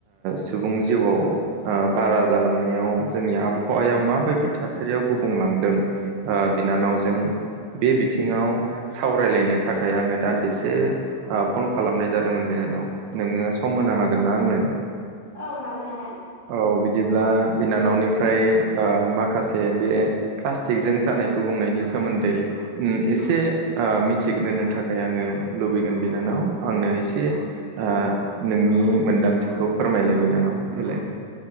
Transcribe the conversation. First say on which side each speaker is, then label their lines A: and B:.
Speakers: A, on the right (about 75°); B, on the right (about 15°).
A: सुबुं जिउआव ओ बारा जालांनायाव जोंनि आबहावाया माबायदि थासारियाव गुबुंलांदों ओ बिनानावजों बे बिथिङाव सावरायलायनो थाखाय आङो दानदिसे ओ फन खालामनाय जादोंमोन बिनानाव नोङो सम होनो हागोनना आंनो
B: औ हागोन आदा
A: औ बिदिब्ला बिनानावनिफ्राय ओ माखासे बे प्लास्टिकजों जानाय गुबुंनायनि सोमोनदै एसे ओ मिथिग्रोनो थाखाय आङो लुबैगोन बिनानाव आंनो एसे ओ नोंनि मोन्दांथिखौ फोरमायलाय बिनानाव देलाय